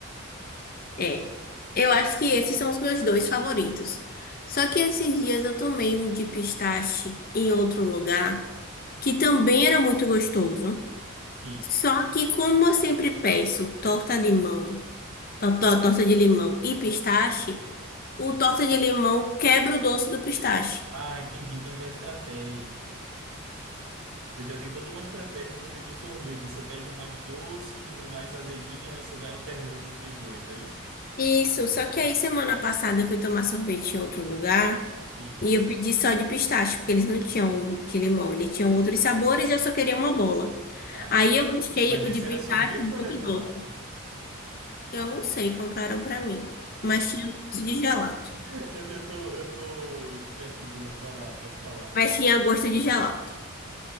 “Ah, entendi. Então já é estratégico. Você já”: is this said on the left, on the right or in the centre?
Right